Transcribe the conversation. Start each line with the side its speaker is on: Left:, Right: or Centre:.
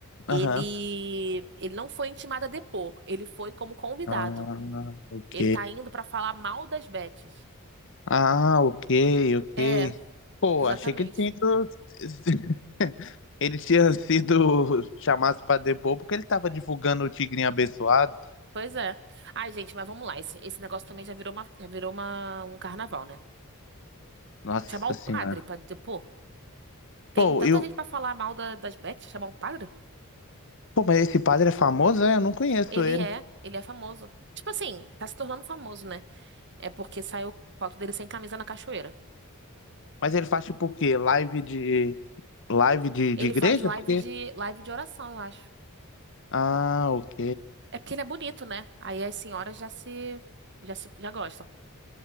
Right: Ele,
Left: Aham.
Right: ele não foi intimado a depor, ele foi como convidado.
Left: Ah, ok.
Right: Ele tá indo pra falar mal das Betes.
Left: Ah, ok, ok.
Right: É,
Left: Pô,
Right: exatamente.
Left: achei que ele tinha ido... <laughs> Ele tinha sido chamado pra depor porque ele tava divulgando o Tigrinho Abençoado.
Right: Pois é. Ai, gente, mas vamos lá. Esse, esse negócio também já virou uma, já virou uma, um carnaval, né?
Left: Nossa
Right: Chamar o
Left: Senhora.
Right: padre pra depor. Tem
Left: Pô,
Right: tanta
Left: eu...
Right: gente pra falar mal da- das Betes, chamar o padre?
Left: Pô, mas esse padre é famoso, é? Eu não conheço
Right: Ele
Left: ele.
Right: é, ele é famoso. Tipo assim, tá se tornando famoso, né? É porque saiu foto dele sem camisa na cachoeira.
Left: Mas ele faz tipo o quê? Live de... Live de,
Right: Ele
Left: de igreja?
Right: faz live
Left: Porque...
Right: de live de oração, eu acho.
Left: Ah, ok.
Right: É porque ele é bonito, né? Aí as senhoras já se, já se, já gostam.